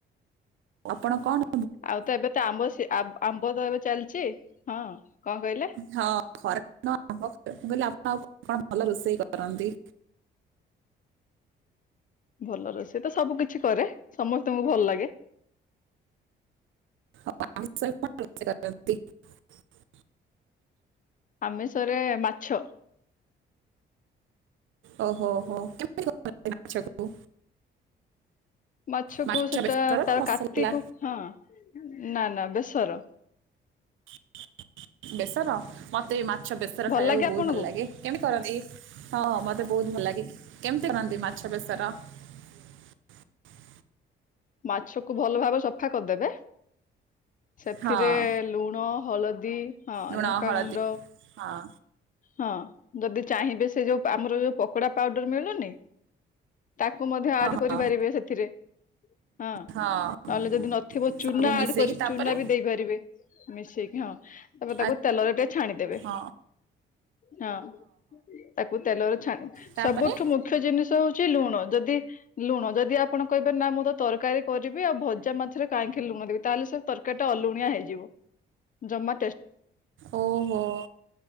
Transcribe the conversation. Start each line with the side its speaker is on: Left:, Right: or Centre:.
Right: ଆପଣ କଣ କ
Left: ଆଉ ତ ଏବେ ତ ଆମ୍ବ ସି ଆମ୍ବ ତ ଏବେ। ଚାଲିଛି ହଁ। କଣ କହିଲେ
Right: ହଁ ଘର <unintelligible> ମୁଁ କହିଲି ଆପଣ ଆଉ କଣ ଭଲ ରୋଷେଇ କରନ୍ତି।
Left: ଭଲ ରୋଷେଇ ତ ସବୁ କିଛି କରେ। ସମସ୍ତଙ୍କୁ ଭଲ ଲାଗେ।
Right: <unintelligible> <unintelligible>
Left: ଆମିଷରେ ମାଛ।
Right: ଓହୋ ହୋ କେମିତି <unintelligible> ମାଛକୁ।
Left: ମାଛକୁ
Right: ମାଛ
Left: ସେଟା
Right: ବେସର ନା
Left: ତାର
Right: ମସଲା
Left: କାତିକୁ ହଁ। ନା ନା ବେସର।
Right: <unintelligible> ବେସର ମତେ ବି ମା ମାଛ ବେସର
Left: ଭଲ
Right: ଖାଇବାକୁ
Left: ଲାଗେ ଆପଣଙ୍କୁ
Right: ବହୁତ ଭଲ ଲାଗେ। କେମିତି କରନ୍ତି ହଁ ମତେ ବହୁତ ଭଲ ଲାଗେ କେମିତି କରନ୍ତି। ମାଛ <unintelligible>
Left: ମାଛ କୁ ଭଲ ଭାବରେ ସଫା କରିଦେବେ। ସେଥିରେ
Right: ହଁ
Left: ଲୁଣ। ହଳଦୀ। ହଁ
Right: ଲୁଣ,
Left: ଲଙ୍କାଗୁଣ୍ଡ
Right: ହଳଦୀ ହଁ।
Left: ହଁ, ଯଦି। ଚାହିଁବେ ସେ ଯୋଉ ଆମର ଯୋଉ ପକୋଡା ପାଉଡର ମିଳୁନି ତାକୁ ମଧ୍ୟ
Right: ହଁ
Left: ଆଡ କରିପାରିବେ
Right: ହଁ
Left: ସେଥିରେ। ହଁ,
Right: ହଁ
Left: ନହେଲେ ଯଦି ନଥିବ ଚୁନା
Right: ସବୁ ମିଶେଇକି
Left: ଆଡ କରି
Right: ତାପରେ
Left: ଚୁନା ବି ଦେଇପାରିବେ। ମିଶେଇକି ହଁ। ତାପରେ ତାକୁ
Right: ଆ-
Left: ତେଲରେ ଟିକେ ଛାଣିଦେବେ।
Right: ହଁ
Left: ହଁ, ତାକୁ ତେଲରେ ଛାଣି
Right: ତାପରେ
Left: ସବୁଠୁ ମୁଖ୍ୟ ଜିନିଷ ହଉଛି ଲୁଣ। ଯଦି, ଲୁଣ ଯଦି ଆପଣ କହିବେ ନା ମୁଁ। ତରକାରୀ କରିବି ଆଉ ଭଜା ମାଛରେ କାହିଁକି ଲୁଣ ଦେବି ତାହେଲେ ସବୁ ତରକାରୀ ଟା ଅଲୁଣିଆ ହେଇଯିବ ଜମାେ
Right: ଓହୋଃ